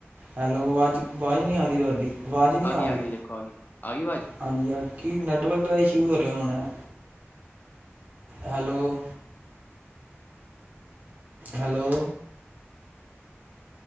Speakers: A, on the right (about 40°); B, on the left (about 40°).
A: ਹੈਲੋ, ਆਵਾਜ਼- ਆਵਾਜ਼ ਨਹੀਂ ਆ ਰਹੀ ਤੁਹਾਡੀ, ਆਵਾਜ਼ ਨਹੀਂ ਆ
B: ਗਈ
A: ਰਹੀ।
B: ਗਈ ਦੇਖੋ ਆ ਗਈ ਆ ਗਈ ਆਵਾਜ਼
A: ਹਾਂਜੀ ਹਾਂ, ਕੀ ਨੈੱਟਵਰਕ ਦਾ ਇਸ਼ੂ ਹੋ ਰਿਹਾ ਹੋਣਾ। ਹੈਲੋ, ਹੈਲੋ,